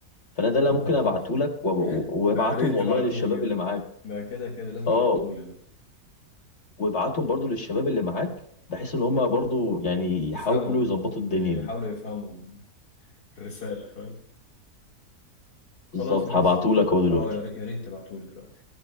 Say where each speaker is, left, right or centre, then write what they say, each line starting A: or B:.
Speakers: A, on the left (about 45°); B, on the left (about 75°).
A: فانا ده اللي
B: <laughs>
A: ممكن ابعته لك وب- وابعتهم
B: ده يا ريت
A: والله
B: تبعتولي
A: للشباب
B: ده
A: اللي معاك
B: ده كده كده لازم
A: اه
B: تبعتولي ده
A: وابعتهم برضو للشباب اللي معاك بحيث ان هم برضو يعني يحاولوا
B: يفهموا
A: يظبطوا
B: يحاولوا
A: الدنيا دي
B: يفهموا الرسالة فاهم خلاص
A: بالظبط
B: ماشي
A: هبعته لك اهو دلوقتي
B: اه يا ريت يا ريت تبعتولي دلوقتي